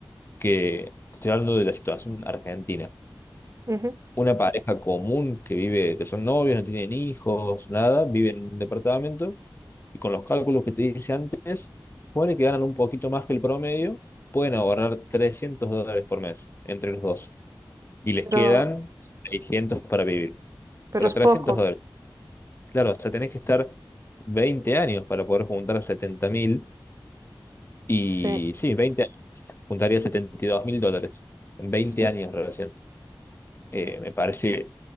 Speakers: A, on the left; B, on the right.
A: que te estoy hablando de la situación argentina.
B: ujú.
A: Una pareja común que vive, que son novios, no tienen hijos, nada, vive en un departamento y con los cálculos que te dije antes, pone que ganan un poquito más que el promedio, pueden ahorrar 300 dólares por mes entre los dos y les
B: Pero,
A: quedan 600 para vivir,
B: pero
A: pero
B: es
A: 300
B: poco.
A: dólares. Claro, o sea, tenés que estar 20 años para poder juntar setenta mil. Y
B: Sí,
A: sí, 20 años, juntaría setenta y dos mil dólares. En veinte
B: sí.
A: años recién. Eh, me parece